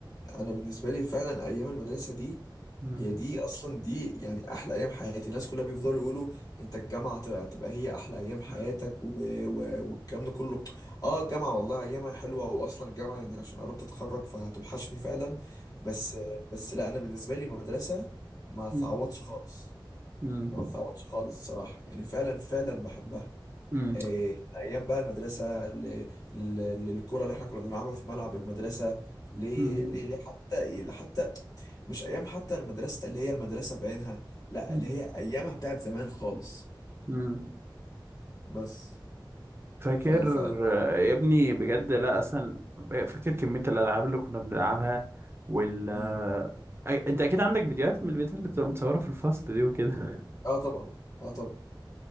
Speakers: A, on the left; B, on the right.
A: أنا بالنسبه لي فعلا ايام المدرسه دي
B: مم.
A: هي دي اصلا دي يعني احلى ايام حياتي الناس كلها بيفضلوا يقولوا انت الجامعه هتبقى هتبقى هي احلى ايام حياتك
B: مم.
A: و... و... والكلام ده كله اه الجامعه والله ايامها حلوه واصلا الجامعه يعني عشان قربت اتخرج فهتوحشني فعلا بس بس لا انا بالنسبه لي المدرسه ما تعوضش
B: مم.
A: خالص
B: مم.
A: ما تعوضش خالص صراحه يعني فعلا فعلا بحبها
B: مم.
A: إيه، من ايام بقى المدرسه ل- ل- للكره اللي احنا كنا بنلعبها في ملعب المدرسه ل-
B: مم.
A: ل- ل- حتى حتى مش ايام حتى المدرسه اللي هي المدرسه بعينها لا
B: مم.
A: اللي هي ايامها بتاعت زمان خالص
B: مم.
A: بس
B: فاكر
A: ففعلا
B: آه، يا ابني بجد لا اصلا فاكر كمية الالعاب اللي كنا بنلعبها وال آه،
A: مم.
B: أي- انت اكيد عندك فيديوهات من الفيديوهات اللي بتبقى متصورة في الفصل دي وكده <laughs>
A: اه طبعا اه طبعا